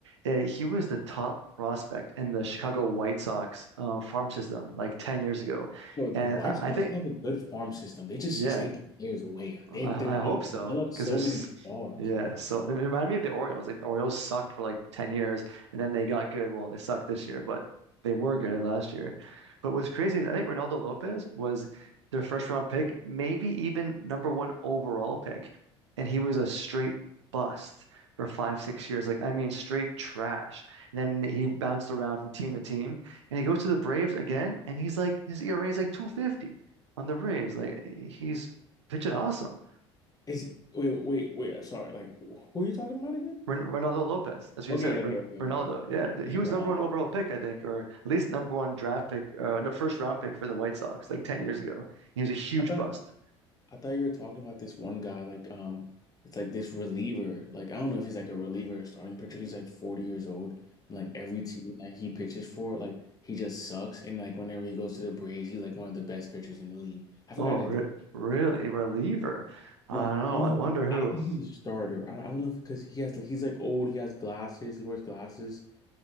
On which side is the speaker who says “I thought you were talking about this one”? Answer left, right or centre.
Left